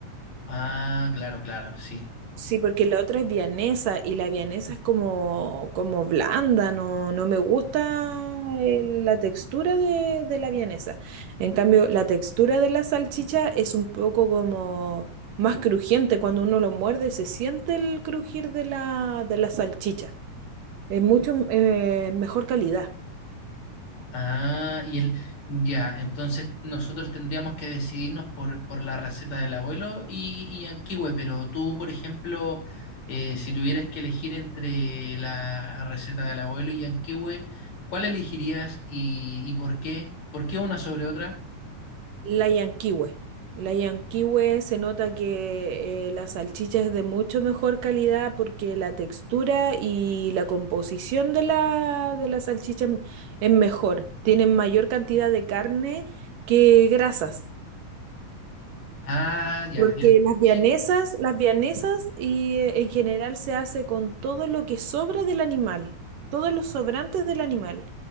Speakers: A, on the left; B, on the right.
A: Ah, claro, claro, sí.
B: Sí, porque la otra es vianesa y la vianesa es como, como blanda, no, no me gusta eh, la textura de, de la vianesa. En cambio, la textura de la salchicha es un poco como más crujiente. Cuando uno lo muerde, se siente el crujir de la, de la salchicha. Es mucho eh, mejor calidad.
A: Ah, y él, ya, entonces nosotros tendríamos que decidirnos por, por la receta del abuelo y, y Yanquiwe, pero tú, por ejemplo, eh, si tuvieras que elegir entre la receta del abuelo y Yanquiwe, ¿cuál elegirías y, y por qué? ¿Por qué una sobre otra?
B: La Yanquiwe. La Yanquiwe se nota que eh, la salchicha es de mucho mejor calidad porque la textura y la composición de la, de la salchicha m- es mejor. Tienen mayor cantidad de carne que grasas.
A: Ah, ya,
B: Porque
A: ya,
B: las
A: sí.
B: vianesas, las vianesas y, eh, en general se hace con todo lo que sobra del animal, todos los sobrantes del animal.